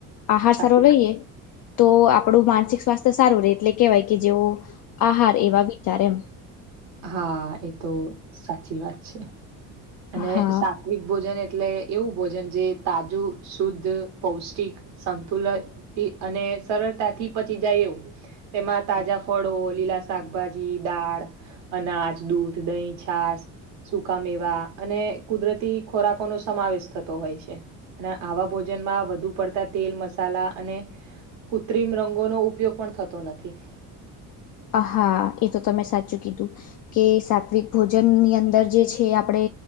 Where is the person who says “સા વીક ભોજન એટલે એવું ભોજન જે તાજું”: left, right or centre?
Right